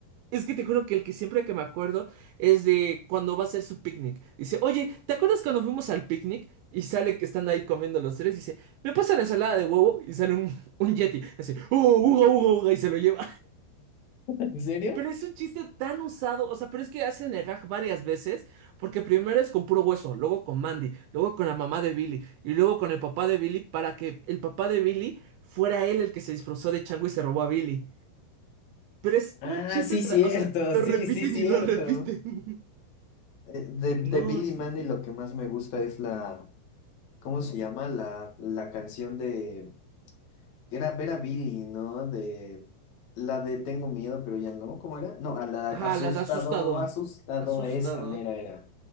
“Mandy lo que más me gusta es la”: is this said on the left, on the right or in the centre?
Left